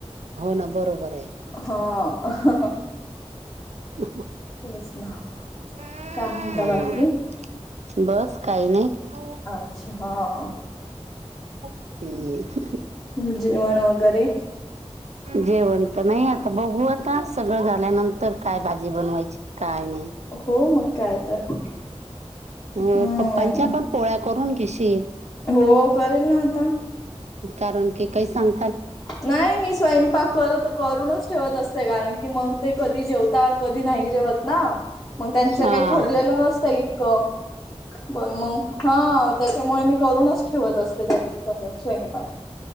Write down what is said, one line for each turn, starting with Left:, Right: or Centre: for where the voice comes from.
Right: हो ना बरोबर आहे.
Left: हा.
Right: <unintelligible>
Left: तेच ना काय म्हणता बाकी
Right: बस काही नाही
Left: अच्छा हा.
Right: हम्म.
Left: हम्म जेवण वगैरे
Right: जेवण तर नाही आता बघू आता सगळं झाल्यानं तर काय भाजी बनवायची काय नाही.
Left: हो मग काय तर.
Right: म
Left: हम्म
Right: पप्पांच्या पण पोळ्या करून घेशील.
Left: हो करेल ना आता.
Right: कारण की काही सांग
Left: नाही मी स्वयंपाक करत करूनच ठेवत असते कारण की मंग ते कधी जेवतात कधी नाही जेवत ना मग त्यांचं
Right: हा.
Left: काही ठरलेलं नसतं इतकं. बन मंग हा त्याच्यामुळे मी करूनच ठेवत असते त्यांच्या. सगळं स्वयंपाक